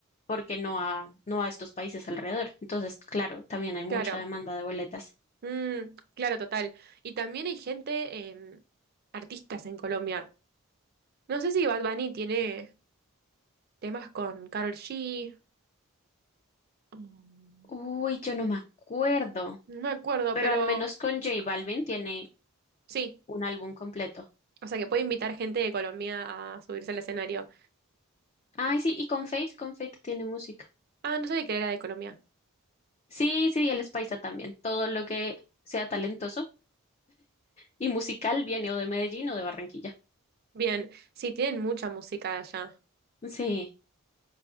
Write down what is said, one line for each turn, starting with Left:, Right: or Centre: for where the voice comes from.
Left: porque no a, no a estos países alrededor. Entonces, claro, también hay mucha
Right: claro.
Left: demanda de boletas.
Right: Mm, claro, total. Y también hay gente, em, artistas en Colombia. No sé si Bad Bunny tiene temas con Karol G. mm,
Left: Uy, yo no me acuerdo,
Right: No me acuerdo,
Left: pero
Right: pero
Left: al menos con J Balvin tiene
Right: sí.
Left: Un álbum completo.
Right: O sea, que puede invitar gente de Colombia a subirse al escenario.
Left: Ay, sí, y con Fate, con Fate tiene música.
Right: Ah, no sabía que era de Colombia.
Left: Sí, sí, y él es paisa también. Todo lo que sea talentoso y musical viene o de Medellín o de Barranquilla.
Right: Bien, sí, tienen mucha música de allá.
Left: Sí,